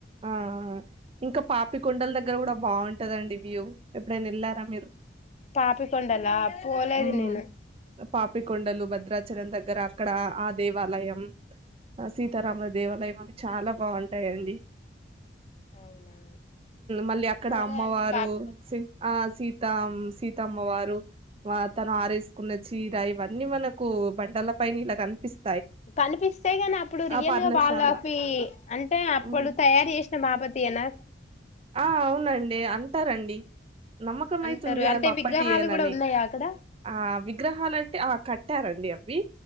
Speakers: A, on the right; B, on the left.
A: ఆ ఇంకా పాపికొండల దగ్గర కూడా బాగుంటా ట దండి వ్యూ ఎప్పుడయిన ఎల్లారా మీరు
B: పాపికొండలా పోలేదు
A: ఉం
B: నేను
A: పాపికొండలు భద్రా చలం దగ్గర అక్కడ ఆ దేవాలయం సీతారామల దేవాలయం అవి చాలా బాగుంటాయి హాయ్ అండీ
B: అవునా
A: మళ్ళీ అక్కడ
B: పోలే
A: అమ్మవారు
B: అండి పాప
A: సి ఆ సీ తా ఆ సీతమ్మ వారు తను ఆరేసుకున్న చీర ఇవన్నీ మనకు బండల పైన ఇలా కనిపిస్త
B: కనిపిస్తే ని అప్పుడు రియల్
A: పర్ణశాల
B: గా వాళ్ళఫ అంటే అప్పుడు
A: ఉమ్
B: తయారు చేస్త బాపతి ఏ నా
A: ఆ అవునండి అంటారండి నమ్మకం
B: అంటారు
A: ఐతుంది గద
B: అంటే
A: బప్పటి
B: విగ్రహాలు
A: ఏట్ నని
B: కూడా ఉన్నాయా అక్కడ
A: ఆ విగ్రహాలంటే ఆ క ట్టారండి అవి